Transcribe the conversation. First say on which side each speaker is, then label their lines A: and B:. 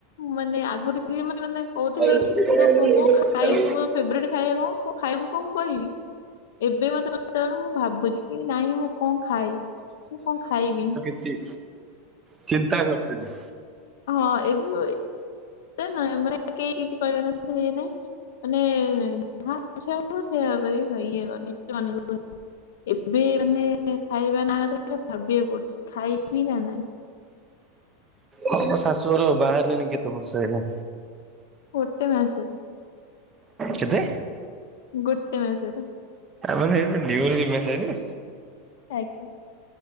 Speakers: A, on the left; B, on the right.
A: ମାନେ ଆଗରୁ କିଏ ମତେ ମାନେ କହୁଥିଲେ
B: ଏବେ
A: କି <unintelligible> ଖାଇବୁ ଫେବରଟ ଖାଇବା କଣ କ ଖାଇବୁ କଣ ମୁଁ କହିବି ଏବେ ମତେ ପଚାର ମୁଁ ଭାବୁଚି। କି ନାଇଁ ମୁଁ କଣ ଖାଏ ମୁଁ କଣ ଖାଇବି।
B: ଚି ଚିନ୍ତା କରୁଛନ୍ତି।
A: ହଁ ଏବେ ନ ମାନେ କେହି କିଛି କହିବେ ଇଏ ନାଇଁ। ମାନେ। <unintelligible> ଏବେ ମାନେ ଖାଇବା ନା ଧରିଲେ ଭାବିବାକୁ ପଡୁଚି ଖାଇବି ନା ନାଇଁ।
B: ହଁ ମୋ ଶାଶୁଘରୁ ବାହହେଲେଣି କେତେ ବର୍ଷ ହେଲା?
A: ଗୋଟେ ମାସ।
B: କେତେ?
A: ଗୋଟେ ମାସରେ।
B: ଆପଣ <unintelligible> ନିଉଲି ମ୍ୟାରେଡ।
A: ଆଜ୍ଞା।